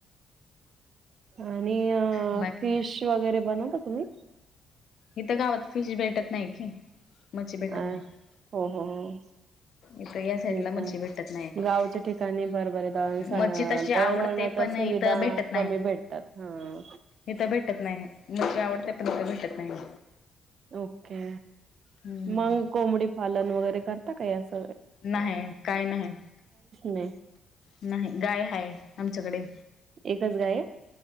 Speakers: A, on the right; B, on the left.
A: आणि अ
B: बाकी
A: फिश वगैरे बनवता तुम्ही?
B: इथं गावात फिश भेटत नाही की. मच्छी भेटत
A: अ
B: नाही
A: हो हो हो.
B: इथं या साईडला
A: प
B: मच्छी भेटत नाही
A: गावच्या ठिकाणी बर बर दळण
B: मच्छी तशी आवडते
A: दळणवळणा
B: पण
A: सुविधा
B: इथं भेटत नाही
A: कमी भेटतात ह
B: इथं भेटत नाही नची आवडते पण इथं भेटत नाही
A: ओके,
B: हम्म
A: मग कोंबडी पालन वगैरे करता काय अस
B: नाही काही नाही
A: नाही
B: नाही, गाय हाय आमच्याकडे
A: एकच गाय आहे